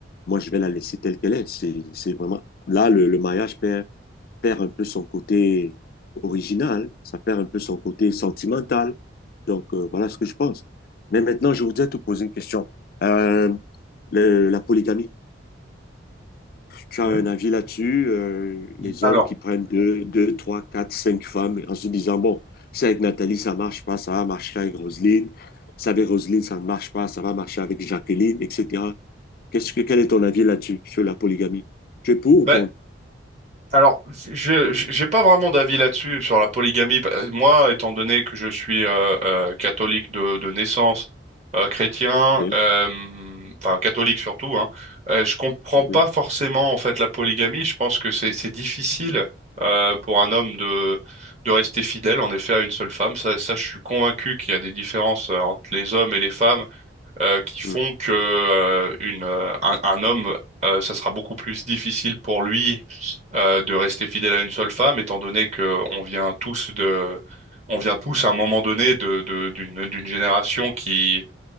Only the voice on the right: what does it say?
Ouais.
Alors,
Mhm.
bah,
Alors, je je- j'ai pas vraiment d'avis là-dessus sur la polygamie. Bah, Moi, étant donné que je suis euh, euh, catholique de, de naissance, euh, chrétien,
euh, enfin catholique surtout, hein, euh, je comprends
pas forcément en fait la polygamie. Je pense que c'est c'est difficile euh, pour un homme de de rester fidèle en effet à une seule femme. Ça, ça je suis convaincu qu'il y a des différences euh, entre les hommes et les femmes euh, qui font
que euh, une euh, un, un homme euh, ça sera beaucoup plus difficile pour lui euh, de rester fidèle à une seule femme, étant donné que on vient tous de, on vient tous à un moment donné de, de- d'une, d'une génération qui,